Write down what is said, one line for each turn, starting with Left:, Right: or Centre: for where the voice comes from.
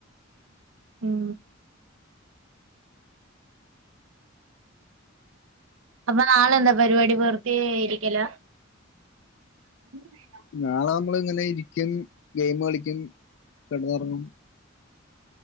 Right: ഉം അപ്പ നാളെന്താ പരിപാടി ബെർതെ ഇരിക്കല <unintelligible>
Left: നാളെ നമ്മള് ഇങ്ങനെ ഇരിക്കും ഗെയിം കളിക്കും കെടന്നൊറങ്ങും